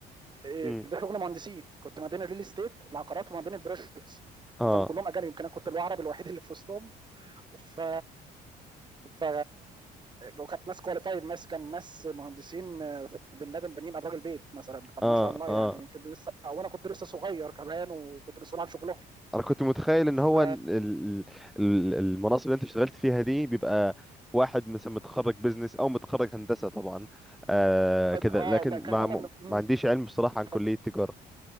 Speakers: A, on the right; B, in the centre.
A: آه،
B: امم
A: ده شغل مهندسين كنت ما بين الريل استيت العقارات وما بين البروجكتس
B: اه
A: وكانوا كلهم اجانب يمكن انا كنت العربي الوحيد اللي في وسطهم ف ف وكانت ناس كواليفايد ناس كان ناس مهندسين آه، في بن لادن بنين ابراج البيت مثلا كانوا
B: اه
A: ما شاء الله
B: اه
A: يعني يمكن لسه وانا كنت لسه صغير كمان وكنت مسؤول عن شغلهم
B: انا كنت متخيل ان
A: ف
B: هو ال- ال- ال- المناصب اللي انت اشتغلت فيها دي بيبقى واحد مثلا متخرج بزنس او متخرج هندسة طبعا آه
A: اه
B: كده لكن
A: لا كمان
B: ما
A: أنا- مم،
B: ما عنديش علم بصراحة عن
A: اتفضل
B: كلية تجارة